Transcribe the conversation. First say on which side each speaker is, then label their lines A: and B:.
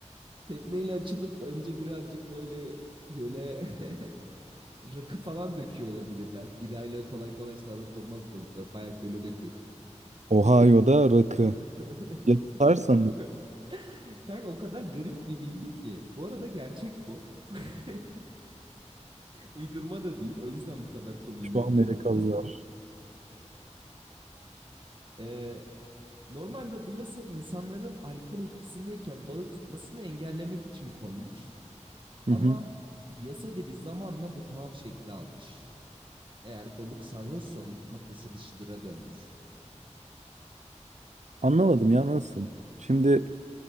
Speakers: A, on the right; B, on the right.
A: Tekneyle açılıp önce birazcık böyle göle <laughs> rakı falan döküyor olabilirler. Birayla kolay kolay sarhoş olmaz balıklar. Bayağı göle döküyorsun.
B: Ohio'da rakı.
A: <laughs>
B: Ya tutarsa
A: Bilmiyorum.
B: mı?
A: Kanka o kadar garip bir bilgi ki. Bu arada gerçek bu. <laughs> Uydurma da değil. O yüzden bu kadar komiğime
B: Şu
A: gidiyor.
B: Amerikalılar.
A: Nasıl? Ee, normalde bu yasa insanların alkol etkisindeyken balık tutmasını engellemek için konmuş. Ama
B: Hı hı.
A: yasa dili zamanla bu tuhaf şekli almış. Eğer balık sarhoşsa onu tutmak yasa dışıdıra dönmüş.
B: Anlamadım ya nasıl? Şimdi